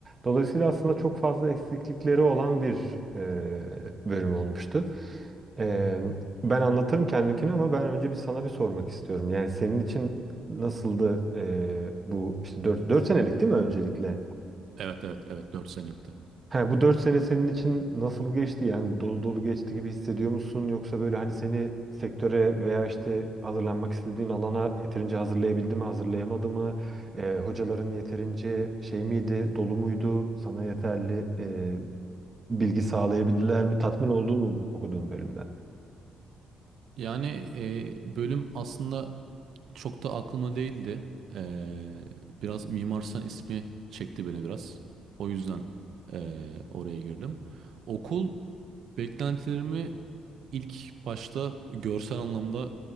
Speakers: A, on the right; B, on the right.
A: Dolayısıyla aslında çok fazla eksiklikleri olan bir e, bölüm olmuştu. E, ben anlatırım kendimkini ama ben önce bir sana bir sormak istiyorum. Yani senin için nasıldı e, bu işte dört dört senelik değil mi öncelikle?
B: Evet evet evet 4 senelikti.
A: He, bu 4 sene senin için nasıl geçti? Yani dolu dolu geçti gibi hissediyor musun? Yoksa böyle hani seni sektöre veya işte hazırlanmak istediğin alana yeterince hazırlayabildi mi, hazırlayamadı mı? Ee, hocaların yeterince şey miydi, dolu muydu? Sana yeterli e, bilgi sağlayabildiler mi? Tatmin oldun mu bu- okuduğun bölümden?
B: Yani e, bölüm aslında çok da aklıma değildi. E, biraz Mimar Sinan ismi çekti beni biraz. O yüzden e, oraya girdim. Okul beklentilerimi ilk başta görsel anlamda